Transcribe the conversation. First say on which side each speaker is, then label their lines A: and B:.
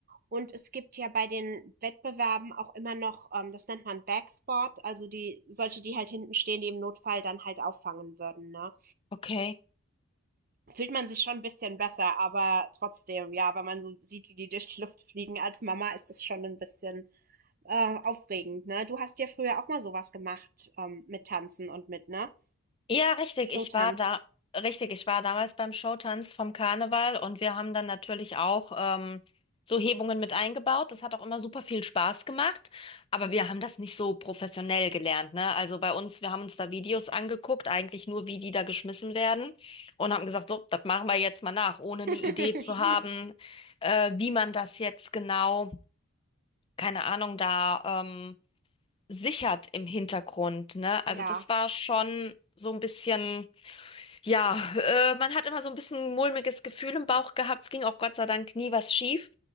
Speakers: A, on the right (about 40°); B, on the left (about 25°).
A: Und es gibt ja bei den Wettbewerben auch immer noch, ähm, das nennt man Backsport, also die solche, die halt hinten stehen, die im Notfall dann halt auffangen würden. Ne?
B: Okay.
A: Fühlt man sich schon ein bisschen besser, aber trotzdem, ja, wenn man so sieht, wie die durch die Luft fliegen als Mama, ist das schon ein bisschen äh, aufregend. Ne? Du hast ja früher auch mal sowas gemacht ähm, mit Tanzen und mit, ne?
B: Ja, richtig.
A: Showtanz.
B: Ich war da, richtig. Ich war damals beim Showtanz vom Karneval und wir haben dann natürlich auch ähm, so Hebungen mit eingebaut. Das hat auch immer super viel Spaß gemacht, aber wir haben das nicht so professionell gelernt, ne? Also bei uns, wir haben uns da Videos angeguckt, eigentlich nur, wie die da geschmissen werden und haben gesagt, so, das machen wir jetzt mal nach, ohne eine
A: <laughs>
B: Idee zu haben, äh, wie man das jetzt genau, keine Ahnung, da ähm, sichert im Hintergrund, ne?
A: ja,
B: Also das war schon so ein bisschen ja, äh, man hat immer so ein bisschen mulmiges Gefühl im Bauch gehabt. Es ging auch Gott sei Dank nie was schief.